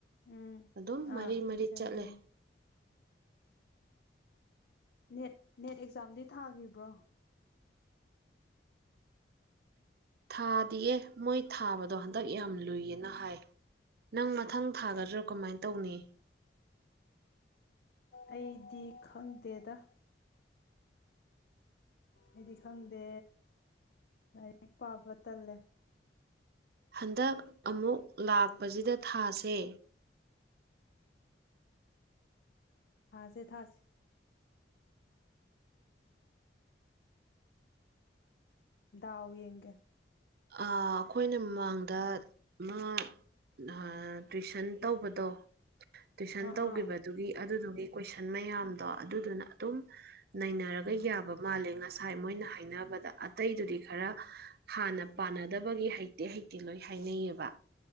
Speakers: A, on the left; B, on the right.
A: ꯎꯝ
B: ꯑꯗꯨꯝ ꯃꯔꯤ
A: ꯑꯥ
B: ꯃꯔꯤ
A: ꯁꯦꯛꯁꯟ
B: ꯆꯠꯂꯦ
A: ꯑꯥ ꯅꯦꯠ ꯅꯦꯠ ꯑꯦꯛꯖꯥꯝꯗꯤ ꯊꯥꯒꯤꯕ꯭ꯔꯣ
B: ꯊꯥꯗꯤꯌꯦ ꯃꯣꯏ ꯊꯥꯕꯗꯣ ꯍꯟꯗꯛ ꯌꯥꯝ ꯂꯨꯏ ꯑꯥꯅ ꯍꯥꯏ ꯅꯪ ꯃꯊꯪ ꯊꯥꯒꯗ꯭ꯔꯣ ꯀꯃꯥꯏꯟ ꯇꯧꯅꯤ
A: ꯑꯩꯗꯤ ꯈꯪꯗꯦꯗꯥ ꯑꯩꯗꯤ ꯈꯪꯗꯦ ꯂꯥꯏꯔꯤꯛ ꯄꯥꯕ ꯇꯜꯂꯦ
B: ꯍꯟꯗꯛ ꯑꯃꯨꯛ ꯂꯥꯛꯄꯖꯤꯗꯥ ꯊꯥꯁꯦ
A: ꯊꯥꯁꯦ ꯊꯥꯁꯦ ꯗꯥꯎ ꯌꯦꯡꯒꯦ
B: ꯑꯥ ꯑꯈꯣꯏꯅ ꯃꯃꯥꯡꯗ <unintelligible> ꯅꯍꯥ ꯇꯨꯏꯁꯟ ꯇꯧꯕꯗꯣ ꯇꯨꯏꯁꯟ
A: ꯑꯥ
B: ꯇꯧꯒꯤꯕ
A: ꯑꯥ
B: ꯗꯨꯒꯤ ꯑꯗꯨꯗꯨꯒꯤ ꯀꯣꯏꯁꯟ ꯃꯌꯥꯝꯗꯣ ꯑꯗꯨꯗꯨꯅ ꯑꯗꯨꯝ ꯅꯩꯅꯔꯒ ꯌꯥꯕ ꯃꯥꯜꯂꯦ ꯉꯁꯥꯏ ꯃꯣꯏꯅ ꯍꯥꯏꯅꯕꯗ ꯑꯇꯩꯗꯨꯗꯤ ꯈꯔ ꯍꯥꯥꯟꯅ ꯄꯥꯟꯅꯗꯕꯒꯤ ꯍꯩꯇꯦ ꯍꯩꯇꯦ ꯂꯣꯏ ꯍꯥꯏꯅꯩꯌꯦꯕ